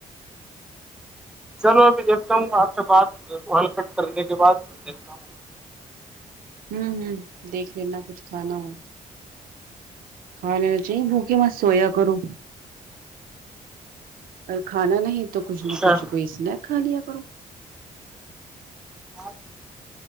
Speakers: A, in the centre; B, on the right.
A: چلو میںبھی دیکھتا ہوں آپ سے بات کو ہلکٹ کرنے کے بعد دیکھتا ہوں
B: ہوں ہوں دیکھ لینا کچھ کھانا ہو کھل چاہیے بھکے ما سویا کرو ا کھانا نہیں تو کچھ
A: اچھا
B: نہ کچھ کوئی اسنیک کھا لیا کرو
A: ہاں